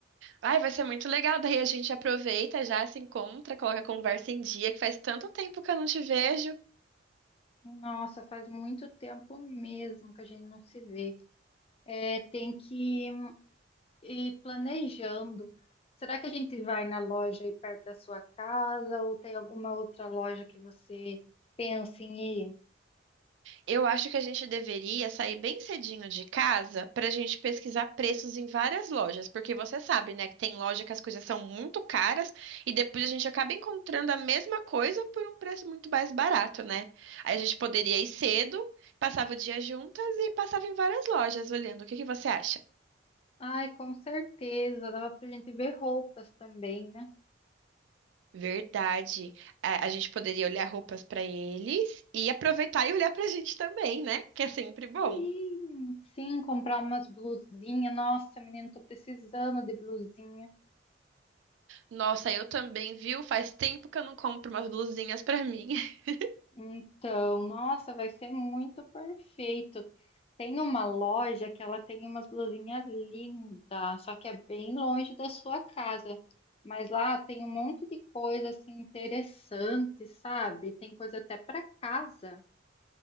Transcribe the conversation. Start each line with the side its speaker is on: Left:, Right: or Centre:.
Right: Ai, vai ser muito legal. Daí a gente aproveita, já se encontra, coloca a conversa em dia, que faz tanto tempo que eu não te vejo.
Left: Nossa, faz muito tempo mesmo que a gente não se vê. É, tem que E planejando, será que a gente vai na loja aí perto da sua casa ou tem alguma outra loja que você pensa em ir?
Right: Eu acho que a gente deveria sair bem cedinho de casa para a gente pesquisar preços em várias lojas, porque você sabe, né, que tem loja que as coisas são muito caras e depois a gente acaba encontrando a mesma coisa por um preço muito mais barato, né? Aí a gente poderia ir cedo, passava o dia juntas e passava em várias lojas olhando. O que que você acha?
Left: Ai, com certeza, dava pra gente ver roupas também, né?
Right: Verdade. A a gente poderia olhar roupas para eles e aproveitar e olhar para a gente também, né? Que é sempre bom.
Left: Sim, sim, comprar umas blusinhas. Nossa, menino, tô precisando de blusinha.
Right: Nossa, eu também, viu? Faz tempo que eu não compro umas blusinhas pra mim. <laughs>
Left: Então, nossa, vai ser muito perfeito. Tem uma loja que ela tem umas blusinhas lindas, só que é bem longe da sua casa. Mas lá tem um monte de coisa assim interessante, sabe? Tem coisa até para casa.